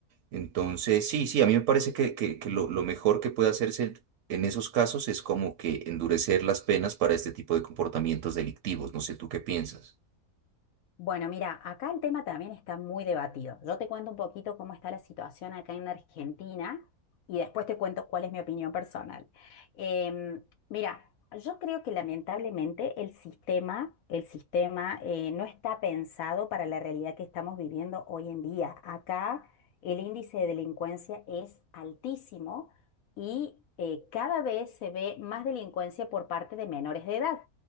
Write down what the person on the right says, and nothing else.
Entonces, sí, sí, a mí me parece que, que- que lo, lo mejor que puede hacerse en esos casos es como que endurecer las penas para este tipo de comportamientos delictivos. No sé tú qué piensas.